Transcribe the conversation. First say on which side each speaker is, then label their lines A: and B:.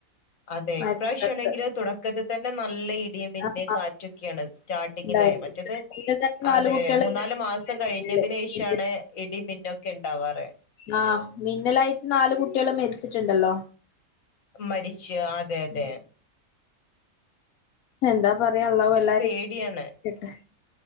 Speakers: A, on the left; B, on the left.
A: അതെ ഇപ്രാവശ്യം
B: മഴക്കാലത്ത്
A: ആണെങ്കില് തുടക്കത്തി തന്നെ നല്ല ഇടി മിന്നലും
B: ആ ആ
A: കാറ്റൊക്കെയാണ് സ്റ്റാർട്ടിങ്ങിലെ
B: ഇണ്ടായി.
A: മറ്റെത്
B: സ്റ്റാർട്ടിങ്ങില് തന്നെ നാല്
A: അതെ
B: കുട്ടികളല്ലേ
A: അതെ മൂന്നാല്
B: മിന്നല്
A: മാസം കഴിഞ്ഞതിന് ശേഷമാണ്
B: മിന്നൽ
A: ഇടിമിന്നെ ഇണ്ടാവാറ്
B: ആ മിന്നലായിട്ട് നാലു കുട്ടികളും മരിച്ചിട്ടുണ്ടല്ലോ
A: മരിച്ചു അതെ അതെ
B: ഉം. എന്താ പറയാ അള്ളാഹു
A: ഇപ്പൊ
B: എല്ലാരേം
A: പേടിയാണ്
B: കാക്കട്ടെ.